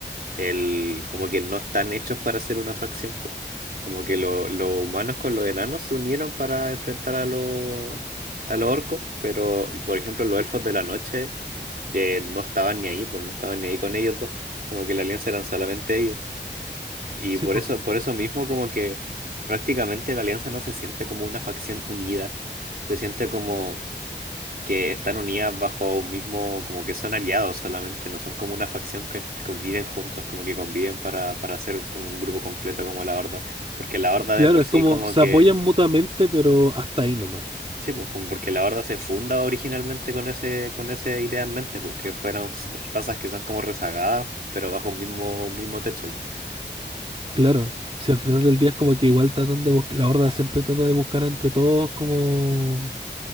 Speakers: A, on the right (about 50°); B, on the right (about 30°).
A: el, como que no están hechos para ser una facción, po. Como que lo- los humanos con los enanos se unieron para enfrentar a los, a los orcos, pero por ejemplo los elfos de la noche eh, no estaban ni ahí, pues no estaban ni ahí con ellos dos, como que la alianza eran solamente ellos. Y
B: sí,
A: por
B: po.
A: eso, por eso mismo como que prácticamente la alianza no se siente como una facción unida, se siente como que están unidas bajo un mismo, como que son aliados solamente, no son como una facción que conviven juntos, como que conviven para, para hacer un, un grupo completo como la Horda, porque la Horda
B: Claro,
A: de por
B: es
A: sí
B: como
A: como
B: se
A: que,
B: apoyan mutuamente, pero hasta ahí nomás.
A: sí, pues como porque la Horda se funda originalmente con ese, con esa idea en mente, porque fueran razas que son como rezagadas, pero bajo un mismo, un mismo techo.
B: Claro, si al final del día es como que igual tratan de buscar, la horda siempre trata de buscar entre todos como,